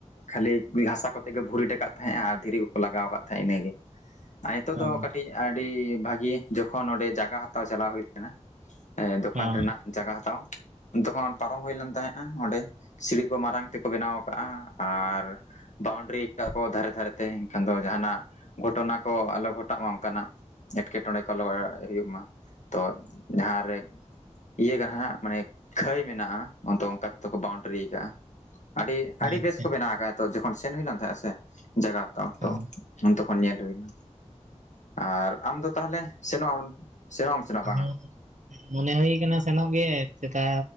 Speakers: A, on the left; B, on the right.
A: ᱠᱷᱟᱹᱞᱤ ᱦᱟᱥᱟ ᱠᱚ ᱠᱟᱛᱮᱼᱜ ᱜᱮ ᱵᱷᱩᱨᱤᱴ ᱠᱚᱫᱹ ᱛᱟᱦᱮᱸᱜ ᱟᱨ ᱫᱷᱤᱨᱤ ᱠᱚᱠᱚ ᱞᱟᱜᱟᱼᱣ ᱠᱚᱫᱹ ᱛᱟᱦᱮᱸᱜ ᱤᱱᱟᱹᱜᱮ᱾ ᱟᱨ ᱱᱤᱛᱚᱼᱜ
B: ᱦᱳᱭ
A: ᱫᱚ ᱠᱟᱹᱴᱤᱡ ᱟᱹᱰᱤ ᱵᱷᱟᱹᱜᱤ ᱡᱚ ᱠᱷᱚᱱ ᱚᱸᱰᱮ ᱡᱟᱜᱟ ᱦᱟᱛᱟᱼᱣ ᱪᱟᱞᱟᱼᱣ ᱦᱩᱜᱸ ᱞᱮᱱᱟ᱾ ᱫᱚᱠᱟᱱ
B: ᱦᱚᱸ
A: ᱨᱮᱱᱟᱼᱜ ᱡᱟᱜᱟ ᱦᱟᱛᱟᱣ ᱡᱚᱠᱷᱚᱱ ᱯᱟᱨᱚᱢ ᱦᱩᱭ ᱞᱮᱱ ᱛᱟᱦᱮᱡ, ᱚᱸᱰᱮ ᱥᱤᱲᱤ ᱠᱚ ᱢᱟᱨᱟᱝ ᱛᱮᱠᱚ ᱵᱮᱱᱟᱣ ᱠᱟᱜᱼᱟ, ᱟᱨ ᱵᱟᱣᱩᱱᱰᱨᱤ ᱟᱠᱟᱫ ᱠᱚ ᱫᱷᱟᱨᱮ ᱫᱷᱟᱨᱮ ᱛᱮ, ᱮᱱᱠᱷᱟᱱ ᱫᱚ ᱡᱟᱦᱟᱱᱟᱜ ᱜᱷᱚᱴᱚᱱᱟ ᱠᱚ ᱟᱞᱚ ᱜᱷᱚᱴᱟᱜ ᱢᱟ ᱚᱱᱠᱟᱱᱟᱜ ᱮᱴᱠᱮᱴᱚᱬᱮ ᱠᱚ ᱟᱞᱚ ᱦᱩᱭᱩᱜ ᱢᱟ᱾ ᱛᱚ ᱡᱟᱦᱟᱸᱨᱮ ᱤᱭᱟᱹ ᱜᱮ ᱦᱟᱜ ᱢᱟᱱᱮ ᱠᱷᱟᱹᱭ ᱢᱮᱱᱟᱜᱼᱟ, ᱟᱫᱚ ᱚᱱᱠᱟ ᱛᱮᱫᱚ ᱠᱚ ᱵᱟᱣᱩᱱᱰᱟᱨᱤ ᱟᱠᱟᱜᱼᱟ᱾ ᱟᱹᱰᱤ ᱟᱹᱰᱤ
B: ᱟᱪᱪᱷᱟ
A: ᱵᱮᱥ ᱠᱚ ᱵᱮᱱᱟᱣ ᱟᱠᱟᱫᱼᱟ ᱛᱚ ᱡᱚᱠᱷᱚᱱ ᱥᱮᱱ ᱦᱩᱭ ᱞᱮᱱ ᱛᱟᱦᱮᱸᱜᱼᱟ ᱥᱮ ᱡᱟᱜᱟ᱾ <unintelligible>
B: ᱦᱚᱸ
A: ᱩᱱ ᱛᱚᱠᱷᱚᱱ ᱧᱮᱞ ᱦᱩᱭᱱᱟ, ᱟᱨ ᱟᱢ ᱫᱚ ᱛᱟᱦᱚᱞᱮ ᱥᱮᱱᱚᱜ ᱟᱢ? ᱥᱮᱱᱚᱜ ᱟᱢ ᱥᱮ
B: <unintelligible>
A: ᱵᱟᱝᱟ
B: ᱢᱚᱱᱮ ᱦᱩᱭ ᱠᱟᱱᱟ ᱥᱮᱱᱚᱜ ᱜᱮ ᱪᱮᱛᱟ